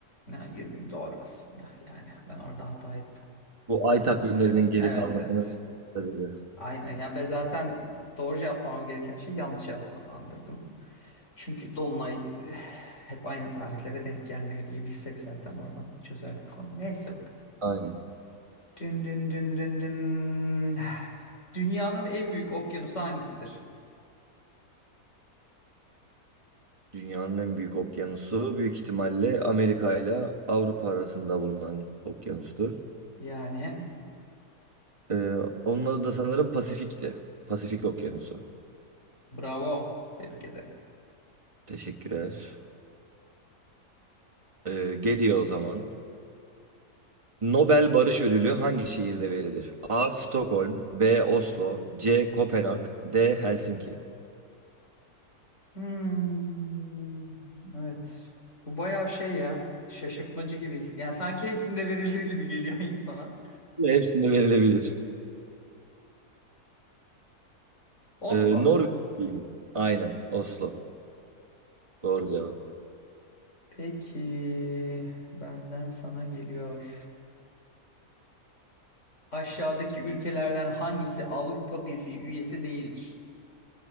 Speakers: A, on the left (about 50°); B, on the right (about 20°).
A: Ya, 20 doğru aslında. Yani ben orada hata ettim.
B: Bu ay takvimlerinin
A: Doğru söylüyorsun.
B: geri
A: Evet,
B: kalmasının
A: evet.
B: sebebi.
A: Aynen. Ya ben zaten doğru cevaplamam gereken şey yanlış cevaplandırdım. Çünkü Dolunay eh, hep aynı tarihlere denk gelmiyor diye bilsek zaten oradan çözerdik konuyu. Neyse bakalım.
B: Aynen.
A: Dın dın dın dın dın. Dünyanın en büyük okyanusu hangisidir?
B: Dünyanın en büyük okyanusu büyük ihtimalle Amerika ile Avrupa arasında bulunan okyanustur.
A: Yani
B: Ee, onun adı da sanırım Pasifik'ti. Pasifik Okyanusu.
A: bravo. Tebrik ederim.
B: Teşekkürler. Ee, geliyor o zaman. Nobel Barış Ödülü hangi şehirde verilir? A. Stockholm B. Oslo C. Kopenhag D. Helsinki
A: Hmm, evet. Bu bayağı şey ya. Şaşırtmacı gibi. Yani sanki hepsinde verilir gibi geliyor insana.
B: Ve Hepsinde verilebilir.
A: Oslo.
B: Ee, Norveç mi? Aynen Oslo. Doğru cevap.
A: Peki benden sana geliyor. Aşağıdaki ülkelerden hangisi Avrupa Birliği üyesi değildir?